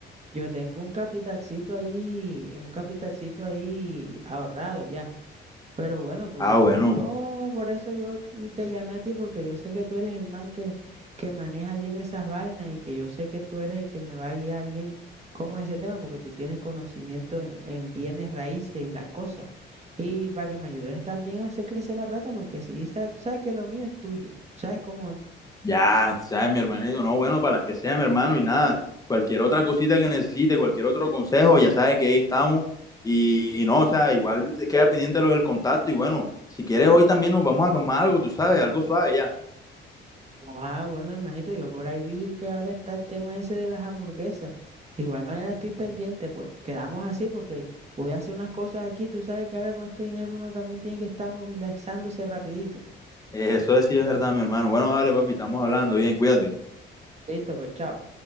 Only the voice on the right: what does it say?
Yo tengo un capitalcito ahí, un capitalcito ahí ahorrado ya. Pero bueno, tú,
tú,
yo, por eso yo te llamé a ti, porque yo sé que tú eres el man que, que maneja bien esas vainas y que yo sé que tú eres el que me va a guiar bien cómo es ese tema, porque tú tienes conocimiento en, en bienes raíces y las cosas. Y para que me ayudes también a hacer crecer la plata, porque sí, sa- tú sabes que lo mío es tuyo. Sabes cómo es?
Ah, bueno, hermanito, yo por ahí vi que ahora está el tema ese de las hamburguesas. De igual manera estoy pendiente, pues quedamos así porque voy a hacer unas cosas aquí. Tú sabes que ahora con este dinero uno también tiene que estar movilizándose rapidito.
Listo, pues chao.